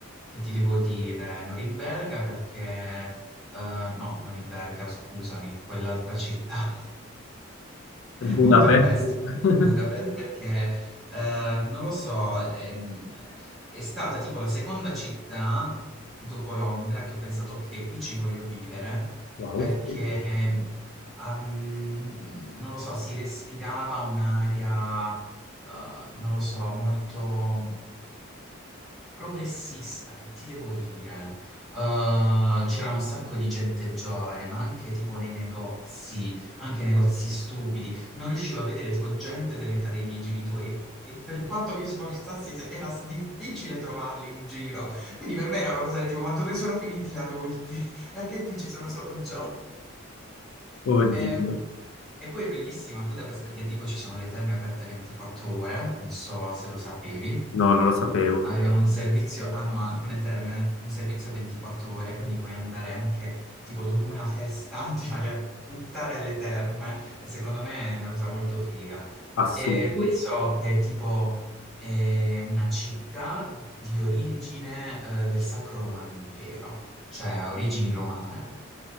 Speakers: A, in the centre; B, on the left.
A: che ti devo dire, Norimberga perché, eh, no, Norimberga, scusami, quell'altra città,
B: Budapest.
A: Budapest,
B: <laughs>
A: Budapest perché eh, non lo so, ehm, è, stata tipo la seconda città dopo Londra che ho pensato che qui ci voglio vivere
B: Wow,
A: perché
B: sì.
A: ah, mm, non lo so, si respirava un'aria, eh, non lo so, molto progressista, che ti devo dire? Eh, c'era un sacco di gente giovane, ma anche tipo nei negozi, anche nei negozi stupidi. Non riuscivo a vedere tipo gente dell'età dei miei genitori. E per quanto mi sforzassi, se- era s- difficile trovarli in giro. Quindi per me era una cosa del tipo, ma dove sono finiti gli adulti? <laughs> Perché qui ci sono solo giovani?
B: Oddio.
A: Eh, E poi è bellissima Budapest perché tipo ci sono le terme aperte 24 ore, non so se lo sapevi,
B: No, non lo sapevo.
A: Avevano un servizio, hanno alcune terme, un servizio 24 ore, quindi puoi andare anche, tipo, dopo una festa, <laughs> ti vai a buttare alle terme, e secondo me è una cosa molto figa.
B: Assurdo,
A: E poi so che, tipo, è una città di origine, eh, del Sacro Romano Impero, cioè ha origini romane.